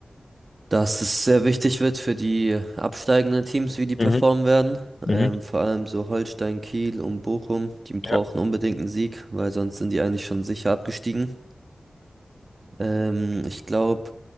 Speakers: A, on the right (about 45°); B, on the left (about 45°).
A: dass es sehr wichtig wird für die absteigenden Teams, wie die performen
B: Mhm.
A: werden.
B: Mhm.
A: Ähm, vor allem so Holstein, Kiel und Bochum, die brauchen
B: Ja.
A: unbedingt einen Sieg, weil sonst sind die eigentlich schon sicher abgestiegen. Ähm, ich glaube,